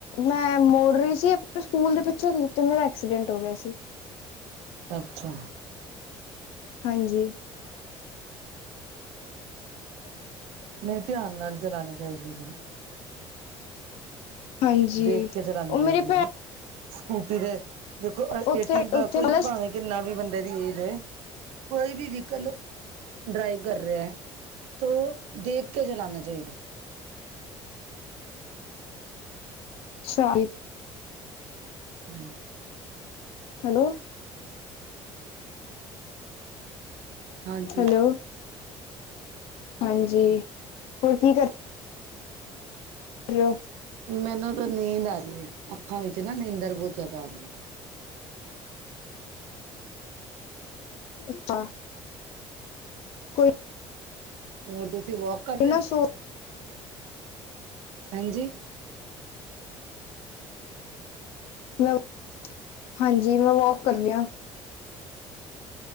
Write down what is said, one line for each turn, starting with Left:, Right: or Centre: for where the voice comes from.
Left: ਮੈਂ ਮੋੜ ਰਹੀ ਸੀ, ਆਪਨੇ ਸਕੂਲ ਦੇ ਪਿੱਛੋਂ ਦੀ ਤੇ ਮੇਰਾ ਐਕਸੀਡੈਂਟ ਹੋ ਗਿਆ ਸੀ
Right: ਅੱਛਾ
Left: ਹਾਂਜੀ <inaudible>
Right: ਨਈ ਧਿਆਨ ਨਾਲ ਚਲਾਨੀ ਚਾਹੀਦੀ ਸੀ
Left: ਹਾਂਜੀ
Right: ਦੇਖ ਕੇ ਚਲਾਨੀ
Left: ਉਹ
Right: ਚਾਹੀਦੀ
Left: ਮੇਰੀ ਭੈਣ
Right: ਸੀ, ਸਕੂਟੀ ਦੇ ਦੇਖੋ
Left: ਉੱਥੇ
Right: ਏਟੀਨ ਪਲੱਸ
Left: ਉੱਥੇ ਨਾਲ
Right: ਭਾਵੇਂ ਕਿਨਾ ਵੀ ਬੰਦੇ ਦੀ ਏਜ ਹੈ, ਕੋਈ ਵੀ ਵੀਕਲ ਨੂੰ, ਡਰਾਈਵ ਕਰ ਰਿਹਾ ਐ, ਤੋ ਦੇਖ ਕੇ ਚਲਾਨਾ ਚਾਹੀਦਾ,
Left: ਸ਼ਾਹੀ <unintelligible>
Right: ਹਮ <unintelligible>
Left: ਹੈਲੋ
Right: ਹਾਂਜੀ
Left: ਹੈਲੋ ਹਾਂਜੀ, ਹੋਰ ਕੀ ਕਰ ਰੋ-
Right: ਮੈਨੂੰ ਤਾਂ ਨੀਂਦ ਆ ਰਹੀ ਹੈ, ਅੱਖਾਂ ਵਿੱਚ ਨਾ ਨੀਂਦਰ ਬਹੁਤ ਜਿਆਦਾ ਆ ਗਈ
Left: ਅੱਛਾ- ਕੋਈ
Right: ਹੋਰ ਤੁਸੀਂ ਵੋਕ ਕਰ ਰਹੇ
Left: ਇਹਨਾਂ
Right: ਹੋ
Left: ਸੂ
Right: ਹਾਂਜੀ
Left: ਮੈਂ ਹਾਂਜੀ, ਮੈਂ ਵੋਕ ਕਰਨੀ ਆ